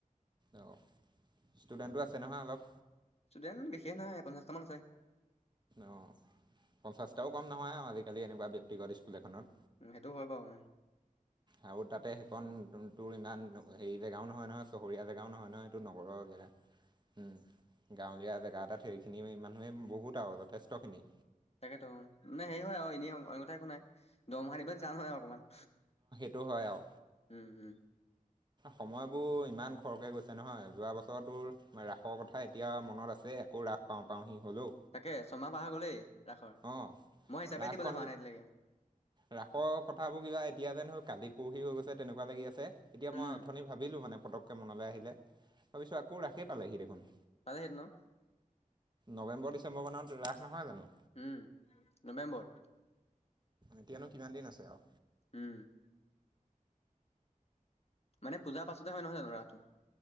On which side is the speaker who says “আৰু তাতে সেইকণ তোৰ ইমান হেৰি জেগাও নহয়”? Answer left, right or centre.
Right